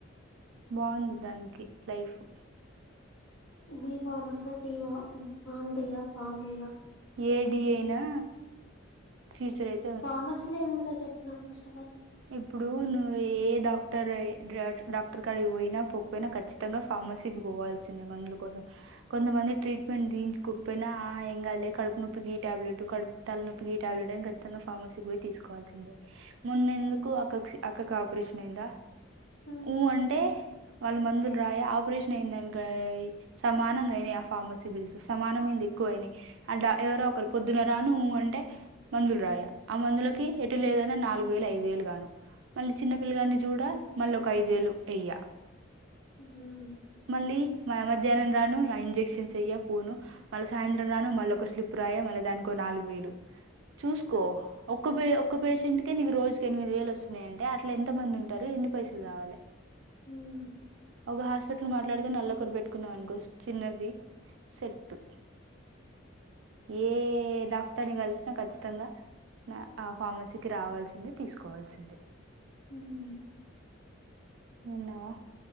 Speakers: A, on the right (about 70°); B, on the left (about 65°).
A: బాగుంది దానికి లైఫు
B: డీ ఫార్మసీ ఆ టీవా ఫార్మ్ డీ ఆ ఫార్మ్ బీ ఆ.
A: ఏడీ అయినా ఫ్యూచర్ అయిత్
B: ఫార్మసీలో ఏముంటాది చెప్పు నాకు ఫస్ట్ ఫల్.
A: ఇప్పుడు నువ్వు ఏ డాక్టర్ డాక్టర్ కాడకి పోయినా పోకపోయినా ఖచ్చిత్. తంగా ఫార్మసీకి పోవాల్సింది మందుల కోసం. కొంతమంది ట్రీట్మెంట్ తీయించుకపోయినా ఆ ఏం కాదల్ కడుపు నొప్పికి ఈ టాబ్లెట్ కడుపు. తలనొప్పి కి ఈ టాబ్లెట్ అని ఖచ్చితంగా ఫార్మసీకి పోయి తీసుకోవాల్సింది మొన్నెందుకు. అక్క అక్కకు ఆపరేషన్ అయిందా.
B: ఆ.
A: నువు అంటే వాళ్ళు మందులు రాయి ఆపరేషన్ అయిందని. సమానంగా అయినాయి ఆ ఫార్మసీ బిల్స్ సమానమేంది ఎక్కువ అయినాయి. అట్ల ఎవరో ఒకరు పొద్దున రాను ఉ అంటే. మందులు రాయా ఆ మందులకి ఎటు లేదన్నా నాలుగు వేలు ఐదు వేలు కాగా. అ మళ్ళీ చిన్న పిల్లగాడ్ని చూడ మళ్ళీ ఒక ఐదు వేలు వెయ్యా.
B: ఉమ్మ్.
A: మళ్ళీ మ మధ్యాహ్నం రాను ఆ ఇంజెక్షన్ చెయ్యా పోను. మళ్ళా సాయంత్రం రాను మళ్ళీ ఒక స్లిప్పు రాయ మళ్ళీ దానికి ఒక నాలుగు వేలు. చూసుకో ఒక్క పే ఒక్క పేషెంట్ కే నీకు రోజుకి ఎనిమిది వేలు వస్. వచ్చినాయ్ అంటే అట్ల ఎంత మంది ఉంటారు ఎన్ని పైసలు రావాలే.
B: ఉమ్.
A: ఒక హాస్పిటల్ మాట్లాడుకొని నల్లొరు పెట్టుకున్నాం అనుకో చిన్నది. సెట్టు. ఏ డాక్టర్ ని కలిసినా ఖచ్చితంగా. ఆ ఫార్మసీకి రావాల్సిందే తీసుకోవాల్సిందే.
B: ఉమ్మ్.
A: విన్నావా